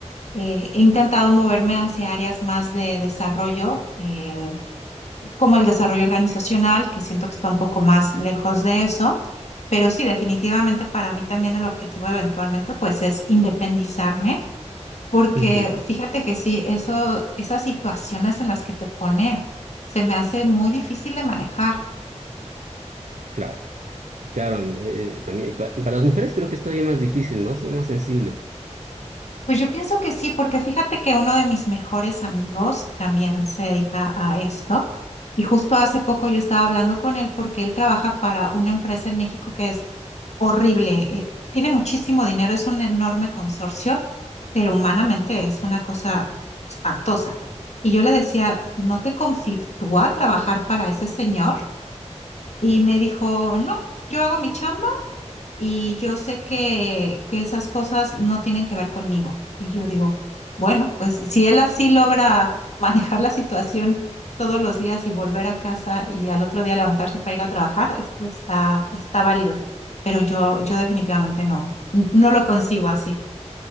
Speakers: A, on the left (about 65°); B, on the right (about 80°).
A: Eh, he intentado moverme hacia áreas más de desarrollo, eh, como el desarrollo organizacional, que siento que está un poco más lejos de eso, pero sí, definitivamente para mí también el objetivo eventualmente pues es independizarme, porque
B: Ujú,
A: fíjate que sí, eso, esas situaciones en las que te pone se me hace muy difícil de manejar.
B: Claro, claro, eh, eh, también y pa- para, las mujeres creo que es todavía más difícil, ¿no? Son más sensibles.
A: Pues yo pienso que sí, porque fíjate que uno de mis mejores amigos también se dedica a esto. Y justo hace poco yo estaba hablando con él porque él trabaja para una empresa en México que es horrible. eh, tiene muchísimo dinero, es un enorme consorcio, pero humanamente es una cosa espantosa. Y yo le decía, ¿no te conflictúa trabajar para ese señor? Y me dijo, no, yo hago mi chamba y yo sé que, que esas cosas no tienen que ver conmigo. Y yo digo, bueno, pues si él así logra <laughs> manejar la situación todos los días y volver a casa y al otro día levantarse para ir a trabajar, esto está, está válido. Pero yo, yo definitivamente no, n- no lo consigo así.